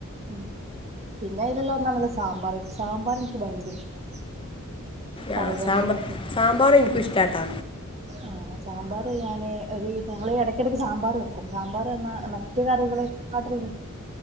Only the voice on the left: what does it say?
ആ സാമ്പാ സാമ്പാറു എനിക്കും ഇഷ്ടാട്ടാ.